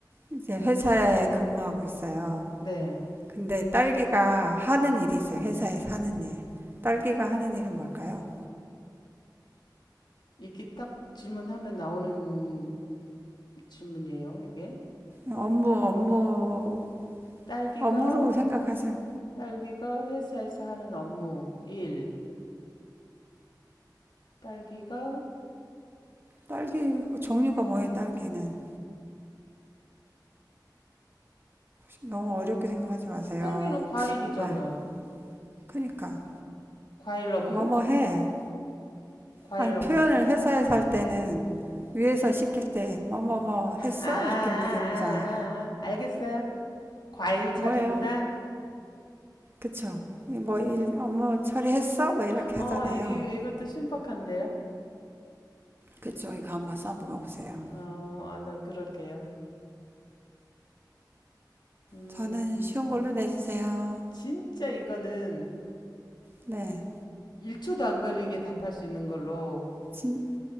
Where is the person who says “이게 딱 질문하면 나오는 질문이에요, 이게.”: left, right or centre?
Left